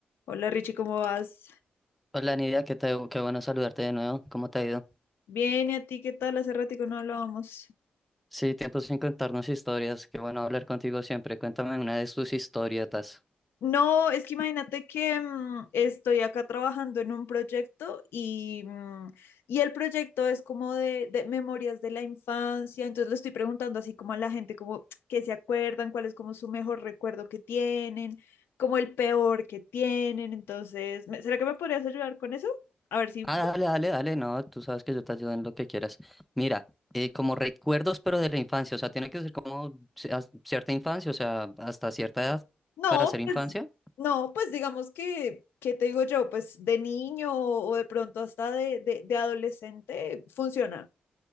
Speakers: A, on the left (about 85°); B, in the centre.
A: Hola Richie, ¿cómo vas?
B: Hola Nidia, qué, te- qué bueno saludarte de nuevo. ¿Cómo te ha ido?
A: Bien, ¿y a ti qué tal? Hace ratico no hablábamos.
B: Sí, tiempo sin contarnos historias. Qué bueno hablar contigo siempre. Cuéntame una de tus historietas.
A: No, es que imagínate que mm, estoy acá trabajando en un proyecto y, mm, y el proyecto es como de, de memorias de la infancia, entonces le estoy preguntando así como a la gente como <tsk> que se acuerdan, cuál es como su mejor recuerdo que tienen, como el peor que tienen, entonces, ¿me- ¿será que me podrías ayudar con eso? A ver si...
B: Ah, dale, dale, dale. No, tú sabes que yo te ayudo en lo que quieras. Mira, eh, como recuerdos, pero de la infancia. O sea, tiene que ser como ci- as- cierta infancia, o sea, hasta cierta edad
A: No,
B: para ser infancia.
A: No, pues digamos que, ¿qué te digo yo? Pues de niño o de pronto hasta de, de, de adolescente funciona.